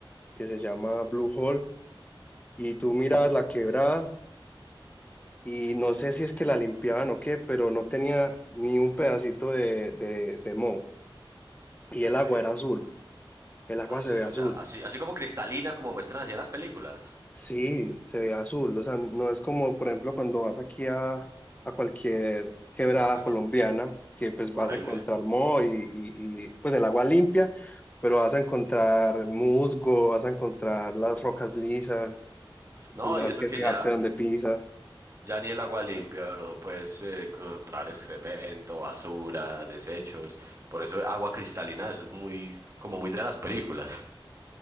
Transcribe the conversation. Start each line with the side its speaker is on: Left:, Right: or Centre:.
Left: que se llama Blue Hole y tú mirabas la quebrada y no sé si es que la limpiaban o qué, pero no tenía ni un pedacito de, de, de moho y
Right: Increíble,
Left: el agua era azul,
Right: compa.
Left: el agua
Right: Parce,
Left: se ve
Right: o
Left: azul,
Right: sea, así, así como cristalina, como muestran así en las películas.
Left: sí, se ve azul, o sea, no es como por ejemplo cuando vas aquí a, a cualquier quebrada
Right: A cualquier.
Left: colombiana que pues
Right: Horrible.
Left: vas a encontrar moho y, y y, pues el agua limpia. Pero vas a encontrar musgo, vas a encontrar las rocas lisas,
Right: No,
Left: tendrás
Right: y eso
Left: que
Right: que
Left: fijarte
Right: ya,
Left: dónde pisas.
Right: ya ni el agua limpia, bro. Puedes eh, encontrar excremento, basura, desechos. Por eso agua cristalina, eso es muy, como muy de las películas.